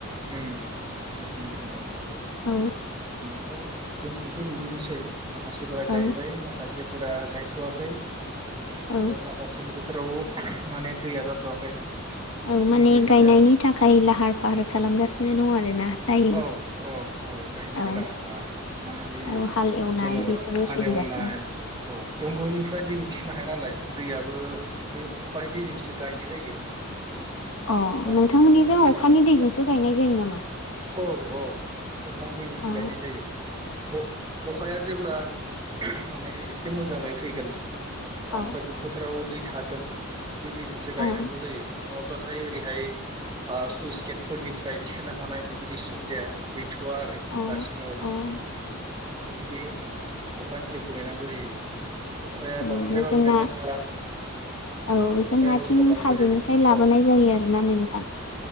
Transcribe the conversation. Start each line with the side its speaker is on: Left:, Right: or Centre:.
Right: उम उम। जाख'नानै दङ
Left: औ
Right: <unintelligible> दा जोंनिथिंथ' बिदिनोसै। माखासेफोरा
Left: औ
Right: गायबाय माखासेफोरा गायथ'वाखै। ओमफ्राय
Left: औ
Right: माखासेनि बो थोराव माने दैया जाथ'वाखै।
Left: औ माने
Right: बेबायदि
Left: गायनायनि
Right: जाना दं
Left: थाखाय लाहार फाहार। खालामगासिनो दं आरोना। दायो
Right: औ औ औ गायनो थाखाय
Left: औ
Right: लाहार फाहार माने बे
Left: औ हाल एवनाय
Right: जेनेबा
Left: बेफोरो
Right: हालेवनाय
Left: सोलिगासिनो
Right: औ दंग'निफ्राय दै उथिनो हाया नालाय दैयाबो बे अखानि दैजोंसो। गायनाय जायो।
Left: अ
Right: अखानि
Left: नोंथांमोननिजों
Right: दैखौ नेनांगौ
Left: अखानि
Right: जायो
Left: दैजोंसो गायनाय जायो नामा?
Right: औ औ अखानि दैजोंसो
Left: अ
Right: गायनाय जायो। अखाया जेब्ला <unintelligible> माने एसे मोजाङै फैगोन।
Left: औ
Right: आंफाय फोथाराव दै। थागोन। बे दैजोंसो गायनांगौ
Left: औ
Right: जायो। नङाब्लाथाय ओरैहाय ओ स्लुइस गेटफोरनिफ्राय थिखोनो हानाय। बेबायदि सुबिदा गै थ'वा आरो
Left: औ
Right: दासिमाव।
Left: औ
Right: <unintelligible> बे अखानि दैखौ नेनांगौ जायो। अखाया
Left: ओम
Right: बांद्रायबाबो
Left: जोंना
Right: गायनो हाला
Left: औ
Right: अखाया
Left: जोंनाथिं
Right: जेब्ला बांद्राय
Left: हाजोनिफ्राय
Right: जायो
Left: लाबोनाय
Right: औ
Left: जायो आरोना नोंथां।